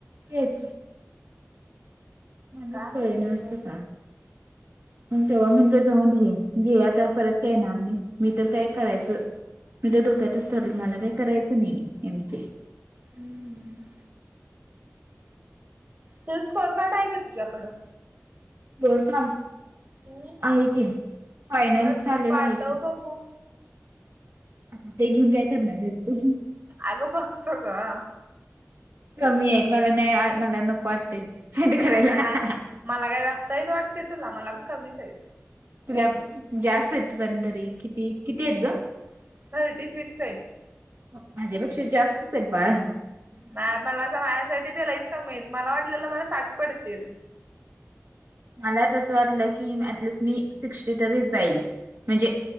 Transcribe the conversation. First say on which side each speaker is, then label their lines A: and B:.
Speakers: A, on the right; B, on the right.
A: तेच. मलाच
B: काय
A: कळे
B: माहिती
A: ना
B: बाई
A: असं का? <inaudible> मग तेव्हा <inaudible> मीगे जाऊन घे घे आता परत का येणार नाही मी तर काय करायचं मी तर <inaudible> धोक्यातच ठरलो मला काही करायचं नाही एमचे
B: हम्म... ते स्कॉअर कार्ड आहे का तुझ्याकडं?
A: गोल्ड कप
B: हम्म
A: आहे <inaudible> ते फायनल
B: मग
A: चाललेलं
B: पाठव
A: आहे की.
B: बघू
A: <inaudible> अ ते घेऊन काय करणार आहेस तु
B: आग बघतो ग
A: कमी आहेत मला नाही. मला नको वाटते. स्वेट करायला.
B: आता काय मला काय <inaudible> जास्तहीच वाटते तुला मला पण कमीच आहे.
A: तुला जास्त आहेत पन तरी किती, किती आहेत
B: हम्म
A: ग.
B: थर्टी सिक्स आहेत
A: माझ्या पेक्षा जास्त <inaudible> हेत <inaudible> बा
B: नाही मला असं माझ्यासाठी ते लईच कमीेत मला वाटलेलं, मला साठ पडतील.
A: मला तसं वाटलं की अटलिस्ट मी सिक्स्टी तरीच जाईल म्हणजे.